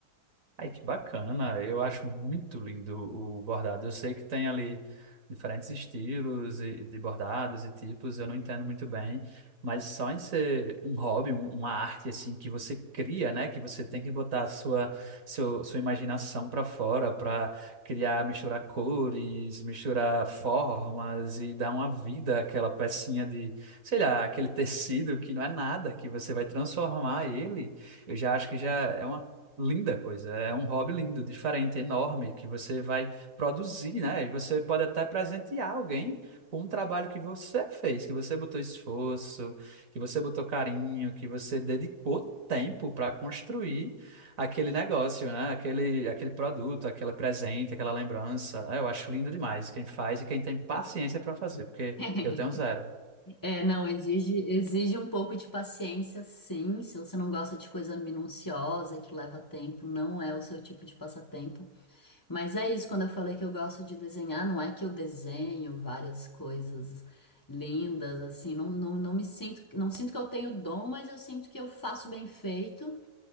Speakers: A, on the right (about 55°); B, on the left (about 20°).
A: Ai, que bacana. Eu acho muito lindo o bordado. Eu sei que tem ali diferentes estilos e- de bordados e tipos, eu não entendo muito bem, mas só em ser um hobby, um- uma arte assim que você cria, né, que você tem que botar a sua seu, sua imaginação para fora para criar, misturar cores, misturar formas e dar uma vida àquela pecinha de, sei lá, aquele tecido que não é nada, que você vai transformar ele. Eu já acho que já é uma linda coisa. É um hobby lindo, diferente, enorme, que você vai produzir, né? E você pode até presentear alguém com um trabalho que você fez, que você botou esforço, que você botou carinho, que você dedicou tempo para construir aquele negócio, né? Aquele, aquele produto, aquele presente, aquela lembrança. Ah, Eu acho lindo demais quem faz e quem tem paciência para fazer, porque
B: <laughs>
A: eu tenho zero.
B: É, não, exige, exige um pouco de paciência, sim. Se você não gosta de coisa minuciosa, e que leva tempo, não é o seu tipo de passatempo. Mas é isso, quando eu falei que eu gosto de desenhar, não é que eu desenho várias coisas lindas, assim, não, não, não me sinto, não sinto que eu tenho dom, mas eu sinto que eu faço bem feito.